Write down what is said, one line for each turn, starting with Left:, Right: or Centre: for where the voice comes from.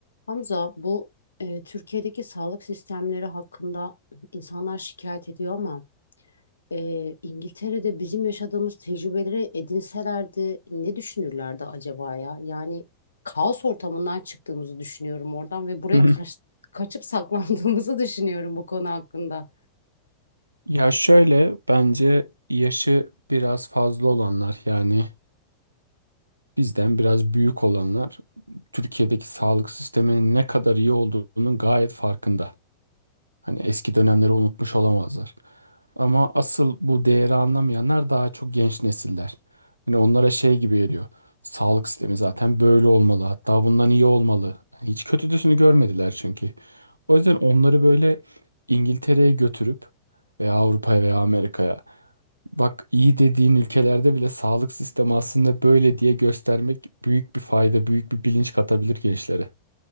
Left: Hamza, bu e, Türkiye'deki sağlık sistemleri hakkında insanlar şikayet ediyor ama e, İngiltere'de bizim yaşadığımız tecrübeleri edinselerdi ne düşünürlerdi acaba ya? Yani kaos ortamından çıktığımızı düşünüyorum oradan ve buraya
Right: Hı hı.
Left: kaç- kaçıp saklandığımızı <laughs> düşünüyorum bu konu hakkında.
Right: Ya şöyle bence yaşı biraz fazla olanlar yani bizden biraz büyük olanlar Türkiye'deki sağlık sisteminin ne kadar iyi olduğunun gayet farkında. Hani eski dönemleri unutmuş olamazlar. Ama asıl bu değeri anlamayanlar daha çok genç nesiller. Hani onlara şey gibi geliyor. Sağlık sistemi zaten böyle olmalı. Hatta bundan iyi olmalı. Hani hiç kötüsünü görmediler çünkü. O yüzden onları böyle İngiltere'ye götürüp veya Avrupa'ya veya Amerika'ya Bak iyi dediğin ülkelerde bile sağlık sistemi aslında böyle diye göstermek büyük bir fayda, büyük bir bilinç katabilir gençlere.